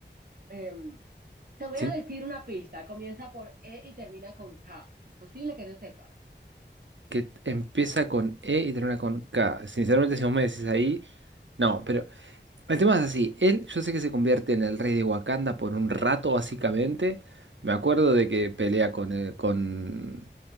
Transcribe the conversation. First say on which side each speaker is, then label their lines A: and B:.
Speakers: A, on the right; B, on the right.
A: Em, te voy
B: Sí,
A: a decir una pista. Comienza por E y termina con K. Imposible que no sepas.
B: que empieza con E y termina con K. Sinceramente, si vos me decís ahí, no, pero... El tema es así, él yo sé que se convierte en el rey de Wakanda por un rato básicamente. Me acuerdo de que pelea con, eh, con,